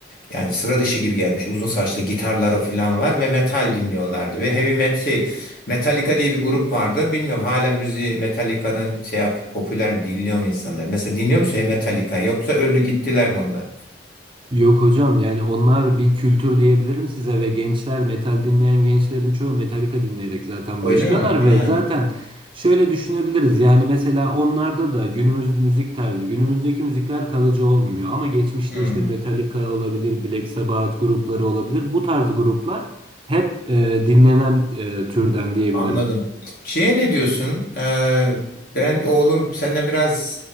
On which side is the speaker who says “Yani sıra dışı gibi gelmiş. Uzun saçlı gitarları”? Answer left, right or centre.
Left